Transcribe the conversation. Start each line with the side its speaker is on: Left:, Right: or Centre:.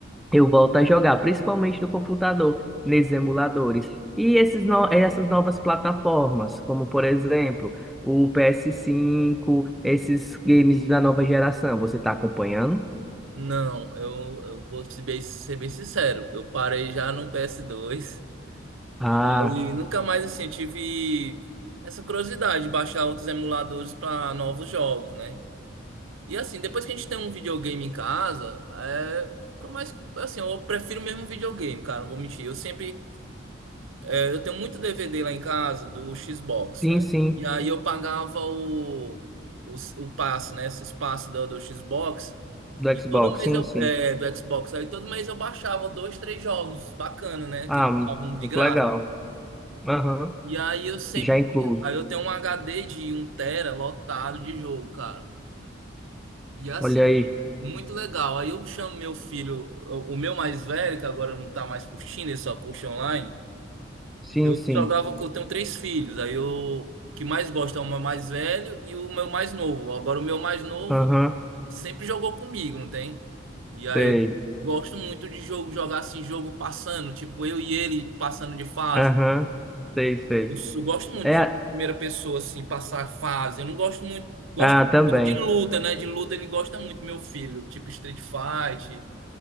Centre: eu volto a jogar, principalmente no computador, nesses emuladores. E esses no- essas novas plataformas, como por exemplo, o PS5, esses games da nova geração, você está acompanhando?
Right: Não, eu, eu vou te bem- ser bem sincero. Eu parei já no PS2.
Centre: Ah,
Right: E aí, nunca mais assim, eu tive essa curiosidade de baixar outros emuladores para novos jogos, né? E assim, depois que a gente tem um videogame em casa, é. Fica mais. Assim, eu prefiro mesmo um videogame, cara, não vou mentir. Eu sempre. é, eu tenho muito DVD lá em casa do Xbox,
Centre: sim,
Right: né?
Centre: sim,
Right: E aí eu pagava o. O, o passe, né? Esse espaço do, do Xbox.
Centre: do
Right: E
Centre: Xbox,
Right: todo mês
Centre: sim,
Right: eu.
Centre: sim.
Right: É, do Xbox. Aí todo mês eu baixava dois, três jogos. Bacana, né? Aquele
Centre: Ah, mu-
Right: álbum de
Centre: muito
Right: graça.
Centre: legal. Aham,
Right: E aí eu sempre.
Centre: já incluso.
Right: Aí eu tenho um HD de um tera lotado de jogo, cara. E assim,
Centre: Olha aí.
Right: muito legal. Aí eu chamo meu filho, o o meu mais velho, que agora não tá mais curtindo, ele só curte online.
Centre: Sim,
Right: Eu
Centre: sim.
Right: jogava que eu tenho três filhos. Aí eu. O que mais gosta é o meu mais velho e o meu mais novo. Agora o meu mais novo
Centre: Aham,
Right: sempre jogou comigo, não tem? E aí
Centre: sei.
Right: eu gosto muito de jogo, jogar assim, jogo passando, tipo eu e ele passando de fase.
Centre: Aham, sei, sei.
Right: Eu, sou- gosto muito
Centre: É,
Right: de jogo de primeira pessoa, assim, passar a fase. Eu não gosto muito. Gosto
Centre: ah,
Right: muito
Centre: também.
Right: de jogo de luta, né? De luta ele gosta muito, meu filho. Tipo Street Fight,